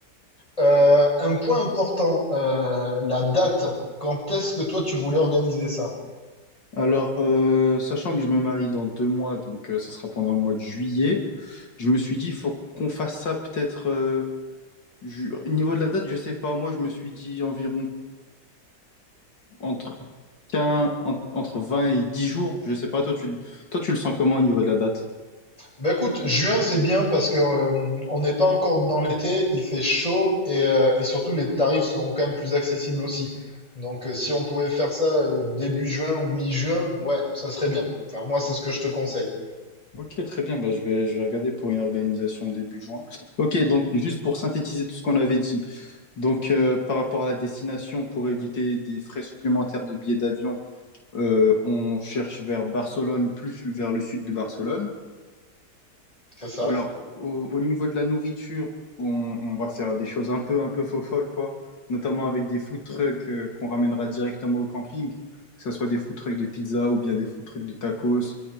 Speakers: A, on the left; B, on the left.
A: Euh, un point important, euh, la date. Quand est-ce que toi tu voulais organiser ça?
B: Alors, euh, sachant que je me marie dans deux mois, donc euh, ça sera pendant le mois de juillet, je me suis dit, il faut qu'on fasse ça peut-être... euh, ju- Au Niveau de la date, je sais pas, moi, je me suis dit environ entre 15, en- entre 20 et 10 jours. Je sais pas, toi tu, le- toi, tu le sens comment au niveau de la date?
A: Bah écoute, juin c'est bien parce que euh, on n'est pas encore dans l'été, il fait chaud et, euh, et surtout les tarifs seront quand même plus accessibles aussi. Donc euh, si on pouvait faire ça euh, début juin ou mi-juin, ouais, ça serait bien. Enfin moi c'est ce que je te conseille.
B: Ok, très bien. Bah, je vais, je vais regarder pour une organisation début juin. Ok, donc juste pour synthétiser tout ce qu'on avait dit. Donc, euh, par rapport à la destination, pour éviter des frais supplémentaires de billets d'avion, euh, on cherche vers Barcelone, plus vers le sud de Barcelone.
A: C'est ça,
B: Alors, au, au niveau de la nourriture, on, on va faire des choses un peu, un peu folles, quoi. Notamment avec des food trucks euh, qu'on ramènera directement au camping, que ce soit des food trucks de pizza ou bien des food trucks de tacos